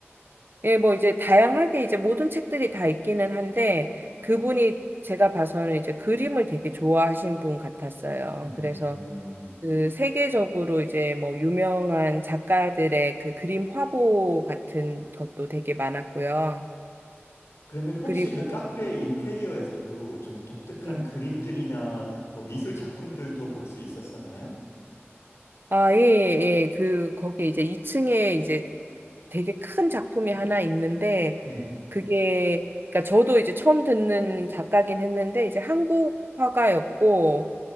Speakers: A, on the right; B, on the left.
A: 예, 뭐 이제 다양하게 이제 모든 책들이 다 있기는 한데, 그분이 제가 봐서는 이제 그림을 되게 좋아하신 분 같았어요.
B: 음,
A: 그래서 그 세계적으로 이제 뭐 유명한 작가들의 그 그림 화보 같은 것도 되게 많았고요.
B: 그러면 혹시
A: 그리고
B: 그 카페 인테리어에서도 좀 독특한
A: 예.
B: 그림들이나 뭐 미술 작품들도 볼 수 있었었나요?
A: 아, 예, 예. 예. 그 거기에 이제 2층에 이제 되게 큰 작품이 하나 있는데
B: 네.
A: 그게 그러니까 저도 이제 처음 듣는 작가긴 했는데 이제 한국 화가였고